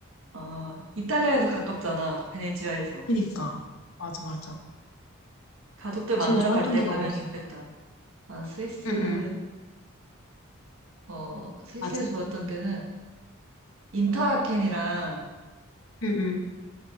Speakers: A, on the right; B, on the left.
A: 아, 이탈리아에서 가깝잖아. 베네치아에서.
B: 그니까. 맞아, 맞아.
A: 가족들 만나러
B: 제일 좋았던
A: 갈 때
B: 데가
A: 가면
B: 어디야?
A: 좋겠다. 아, 스위스,
B: 응응,
A: 어, 스위스에서
B: 맞아.
A: 좋았던 데는 인터라켄이랑,
B: 응응.